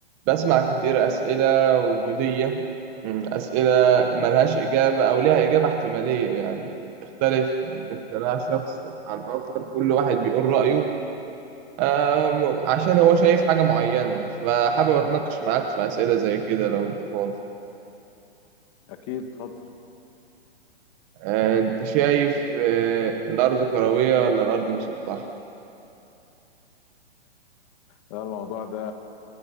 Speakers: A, on the right; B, on the left.
A: بسمع كتير أسئلة وجودية مم، أسئلة ملهاش إجابة أو ليها إجابة احتمالية يعني تختلف من اقتناع شخص عن آخر كل واحد بيقول رأيه آم، عشان هو شايف حاجة معينة فحابب أتناقش معاك في أسئلة زي كده لو أنت فاضي
B: أكيد اتفضل
A: آه، أنت شايف آه، الأرض كروية ولا الأرض مسطحة؟
B: لا الموضوع ده